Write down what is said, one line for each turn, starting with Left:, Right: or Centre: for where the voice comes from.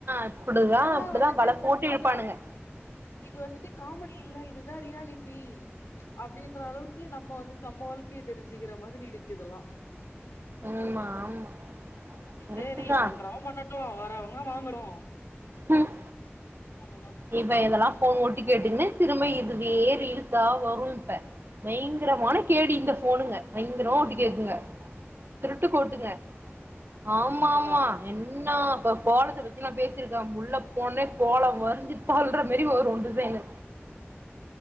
Right: இப்புடிதா
Left: இதெல்லா
Right: அப்டிதா
Left: வந்துட்டு
Right: வல போட்டு இழுப்பானுங்க
Left: அதா இது வந்துட்டு காமெடி இல்ல இதுதா ரியாலிட்டி அப்டின்ற அளவுக்கு நம்ம வந்துட்டு நம்ம வாழ்க்கைய தெரிஞ்சுக்குற மாதிரி இருக்கு இதல்லா
Right: ஆமா ஆமா கரெக்ட்டு
Left: சேரி
Right: தா
Left: பண்றவ பண்ணட் ட்டுவா வரவுங்க வாங்கட்டு
Right: ம்
Left: அவ்ளோதா
Right: இப்ப இதெல்லா ஃபோன் போட்டு கேட்டுகுனு திரும்ப இதுவே ரீல்ஸா வரு இப்ப பயங்குறமானு கேடி இந்த ஃபோனுங்க பயங்கரோ ஒட்டு கேக்குங்க திருட்டு கோட்டுங்க ஆமாம்மா
Left: அதா அதா
Right: என் இன்னா இப்ப கோலத்த பத்தி நா பேசிருக்கே உள்ளப் போனோன்னே கோலம் வருஞ்சிட் சொல்ற மாரி வரு டிசைனு